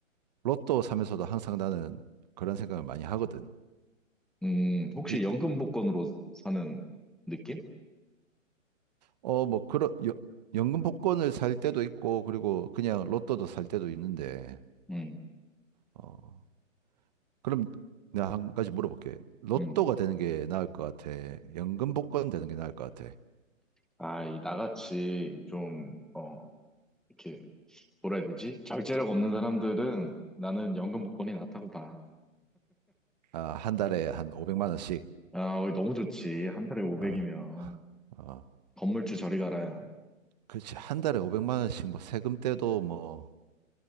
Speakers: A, on the right; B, in the centre.
A: 로또 사면서도 항상 나는 그런 생각을 많이 하거든.
B: 음, 혹시
A: 이,
B: 연금 복권으로 사는 느낌?
A: 어, 뭐 그런 여- 연금 복권을 살 때도 있고 그리고 그냥 로또도 살 때도 있는데.
B: 음,
A: 어. 그럼 내가 한 가지 물어볼게. 로또가
B: 음.
A: 되는 게 나을 것 같아. 연금 복권 되는 게 나을 것 같아.
B: 아, 이 나같이 좀, 어, 이렇게, 뭐라 해야 되지? 절제력 없는 사람들은 나는 연금 복권이 낫다고 봐.
A: 아, 한 달에 한 500만 원씩.
B: 아, 어, 너무 좋지. 한 달에 500이면.
A: 어, 어.
B: 건물주 저리 가라야.
A: 그렇지. 한 달에 500만 원씩 뭐 세금 떼도 뭐